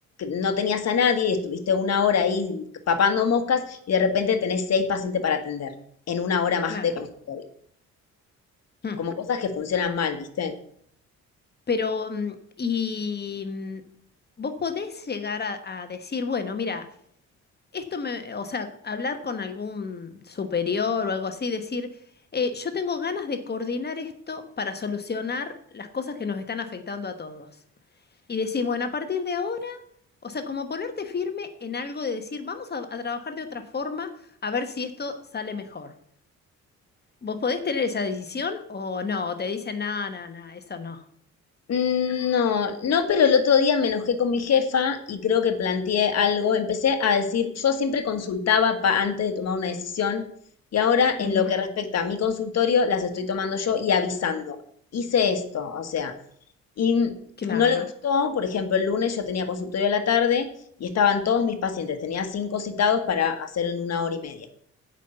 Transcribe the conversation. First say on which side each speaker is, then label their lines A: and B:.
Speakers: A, on the left; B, on the left.
A: no tenías a nadie y estuviste una hora ahí papando moscas y de repente tenés seis pacientes para atender en una hora más
B: Claro.
A: de consultorio,
B: Mm.
A: como cosas que funcionan mal, ¿viste?
B: Pero, mm, y mm, vos podés llegar a, a decir, bueno, mira, esto me, o sea, hablar con algún superior o algo así, decir, eh, yo tengo ganas de coordinar esto para solucionar las cosas que nos están afectando a todos. Y decir, bueno, a partir de ahora, o sea, como ponerte firme en algo de decir, vamos a, a trabajar de otra forma a ver si esto sale mejor. ¿Vos podés tener esa decisión o no? O te dicen, no, no, no, eso no.
A: Mm, No, no, pero el otro día me enojé con mi jefa y creo que planteé algo. Empecé a decir, yo siempre consultaba pa- antes de tomar una decisión y ahora en
B: Ujú,
A: lo que respecta a mi consultorio las estoy tomando yo y avisando. Hice esto, o sea, y no
B: Claro.
A: le gustó, por ejemplo, el lunes yo tenía consultorio a la tarde y estaban todos mis pacientes, tenía cinco citados para hacer en una hora y media